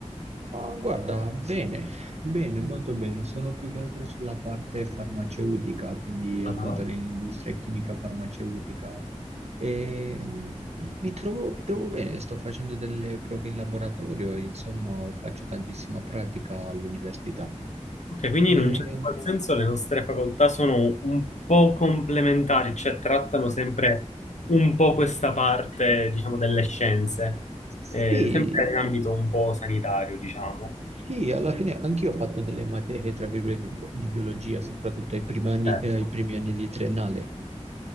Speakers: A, on the right; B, on the left.
A: Ma guarda, bene, bene, molto bene. Sono più che altro sulla parte farmaceutica, quindi
B: Ah.
A: appunto nell'industria chimica farmaceutica. E, mm, mi trovo, mi trovo bene, sto facendo delle prove in laboratorio, e, insomma, faccio tantissima pratica all'università.
B: Ok, quindi
A: Eh,
B: in un certo qual senso le nostre facoltà sono un po' complementari, cioè trattano sempre un po' questa parte, diciamo, delle scienze,
A: sì,
B: eh, sempre in ambito un po' sanitario, diciamo.
A: sì, alla fine anch'io ho fatto delle materie, tra virgolette, di, di biologia, soprattutto ai primi anni,
B: Certo,
A: eh, ai primi anni di triennale.